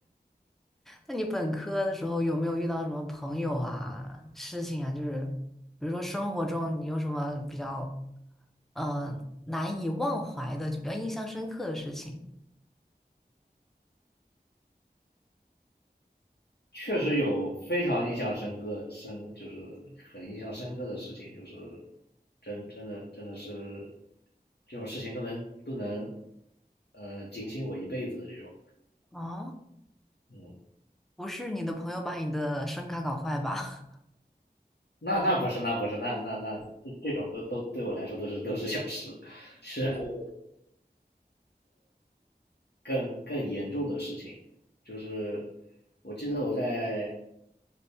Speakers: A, in the centre; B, on the left.
A: 那你本科的时候有没有遇到什么朋友啊、事情啊？就是比如说生活中你有什么比较呃难以忘怀的，就比较印象深刻的事情？
B: 确实有非常印象深刻，深就是很印象深刻的事情，就是真真的真的是这种事情都能都能呃警醒我一辈子的这种。
A: 哦，
B: 嗯，
A: 不是你的朋友把你的声卡搞坏吧？<laughs>
B: 那那不是那不是那那那这这种都都对我来说都是都是小事，其实还有更更严重的事情，就是我记得我在